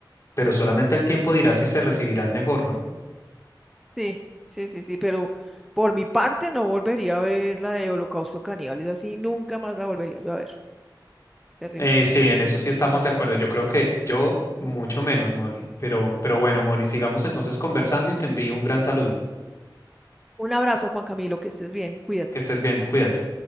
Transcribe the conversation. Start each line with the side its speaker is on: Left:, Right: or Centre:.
Left: pero solamente el tiempo dirá si se recibirán mejor, ¿no?
Centre: sí, sí, sí, sí, pero por mi parte no volvería a ver la de Holocausto Caníbal, es así, nunca más la volvería yo a ver. Terrible.
Left: Eh, sí, en
Centre: Es
Left: eso
Centre: así,
Left: sí estamos
Centre: no.
Left: de acuerdo. Yo creo que yo mucho menos, Moni. Pero, pero bueno, Moni, sigamos entonces conversando y te envío un gran saludo.
Centre: Un abrazo, Juan Camilo, que estés bien, cuídate.
Left: Que estés bien, cuídate.